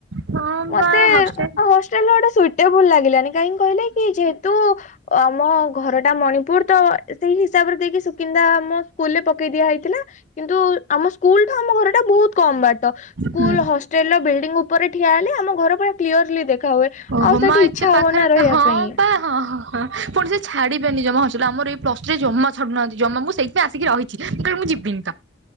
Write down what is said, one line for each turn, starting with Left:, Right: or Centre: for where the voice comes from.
Right: ହଁ
Left: ମତେ
Right: ବା ହଷ୍ଟେଲ
Left: ହେଲ ଗୋଟେବଲ ଲାଗିଲାନି କାହିଁକି କହିଲେ କି ଯେହେତୁ ଆମ ଘରଟା ମଣିପୁର ତ ସେଇ ହିସାବରେ ଦେଇକି ସୁକିନ୍ଦା ମମ ସ୍କୁଲରେ ପକେଇ ଦିଆ ହେଇଥିଲା। କିନ୍ତୁ ଆମ ସ୍କୁଲଠୁ ଆମ ଘରଟା ବହୁତ କମ ବାଟ ସ୍କୁଲ
Right: ହୁଁ
Left: ବଡିଙ୍ଗ ଉପରେ ଠିଆ ହେଲେ ଆମ ଘର ପୁରା କ୍ୟରଲି ଦେଖା ହୁଏ। ଆଉ
Right: ମୋ
Left: ସେଠି
Right: ଏତେ
Left: ଇଚ୍ଛା
Right: ପାଖରେ
Left: ହବ ନା ରହିବା
Right: ହଁ
Left: ପାଇଁ।
Right: ତ ହଁ। ହଁ ପୁଣି ସେ ଛାଡିବେନି ଜମା ହରସୁଲ ଆମର ଏଇ ପ୍ଲସ ଥ୍ରୀ ଜମା ଛାଡୁନାହାନ୍ତି ଜମା ମୁଁ ସେଇଥିପାଇ ଆସିକି ରହି <unintelligible> ଯିବିନି ତ।